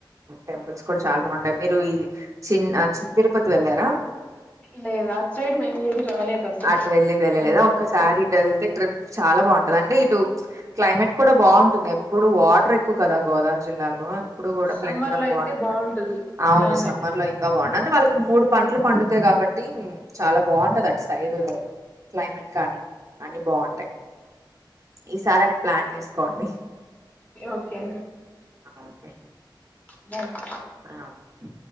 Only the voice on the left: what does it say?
లేదు అటు సైడ్ మేము ఏది రాలేదు అసలు
తెలియదు కూడా
తెలియదు
సమ్మర్
లో అయితే
బాగుంటుంది
క్లైమేట్
ఓకే ఓకే
బర